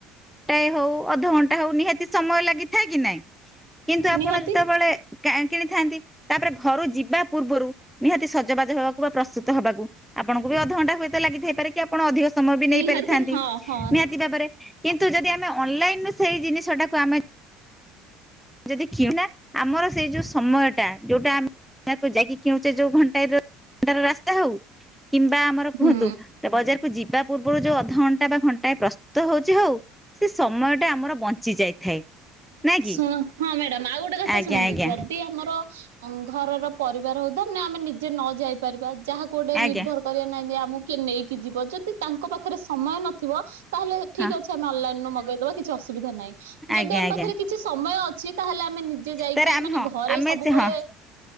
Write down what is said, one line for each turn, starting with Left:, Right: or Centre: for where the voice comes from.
Centre: ଘଣ୍ଟାଏ ହଉ ଅଧଘଣ୍ଟା ହଉ ନିହାତି ସମୟ ଲାଗିଥାଏ କି ନାଇଁ। କିନ୍ତୁ ଆପଣ
Right: ନିହାତି।
Centre: ଯେତେବେଳେ କେ କିଣିଥାନ୍ତି। ତାପରେ ଘରୁ ଯିବା ପୂର୍ବରୁ ନିହାତି ସଜବାଜ ହେବାକୁ ବା ପ୍ରସ୍ତୁତ ହବାକୁ ଆପଣଙ୍କୁ ବି ଅଧଘଣ୍ଟା। ହୁଏତ ଲାଗିଥାଇପାରେ କି ଆପଣ ଅଧିକ ସମୟ ବି ନେଇପାରିଥାନ୍ତି
Right: ନିହାତି ହଁ ହଁ
Centre: ନିହାତି ଭାବରେ କିନ୍ତୁ। ନ୍ତୁ ଯଦି ଆମେ ଅନଲାଇନ୍ ରୁ ସେଇ ଜିନିଷଟାକୁ ଆମେ। ଯଦି କିଣେ ନା ଆମର ସେଇ ଯୋଉ ସମୟଟା ଯୋଉଟା। ଦୋକାନ କୁ ଯାଇକି କିଣୁଛେ ଯୋଉ ଘଣ୍ଟାଏର ଘଣ୍ଟାର ରାସ୍ତା ହଉ କିମ୍ବା ଆମର
Right: ହୁଁ।
Centre: କୁହନ୍ତୁ। ତ ବଜାରକୁୁ ଯିବା ପୂର୍ବରୁ ଯୋଉ ଅଧଘଣ୍ଟା ବା ଘଣ୍ଟାଏ ପ୍ର, ସ୍ତୁତ ହଉଛି ହଉ ସେ ସମୟଟା ଆମର ବଞ୍ଚି ଯାଇଥାଏ ନାଇଁ କି।
Right: ଶୁଣ ହଁ ମ୍ୟାଡ଼ାମ ଆଉ ଗୋଟେ କଥା
Centre: ଆଜ୍ଞା
Right: ଶୁଣନ୍ତୁ
Centre: ଆଜ୍ଞା
Right: ଯଦି ଆମର ଘରର ପରିବାର ହଉ ତ। ନା ଆମେ ନିଜେ ନଯାଇପାରିବା ଯାହାକୁ ଗୋଟେ
Centre: ଆଜ୍ଞା
Right: ନିର୍ଭର। କରିବା ନାହିଁ ଯେ ଆମକୁ କିଏ ନେଇକି ଯିବ ଯଦି ତାଙ୍କ ପାଖରେ ସମୟ ନଥିବ ତାହେଲେ ଠିକ୍
Centre: ହଁ।
Right: ଅଛି। ଆମେ ଅନଲାଇନ୍ ରୁ ମଗେଇଦବା କିଛି ଅସୁବିଧା ନାହିଁ। ଯଦି
Centre: ଆଜ୍ଞା
Right: ଆମ
Centre: ଆଜ୍ଞା
Right: ପାଖରେ କିଛି ସମୟ ଅଛି ତାହେଲେ ଆମେ ନିଜେ ଯାଇକି
Centre: ତାର ଆମେ
Right: ମାନେ
Centre: ହଁ
Right: ଘରେ
Centre: ଆମେ
Right: ସବୁବେଳେ।
Centre: ସେ ହଁ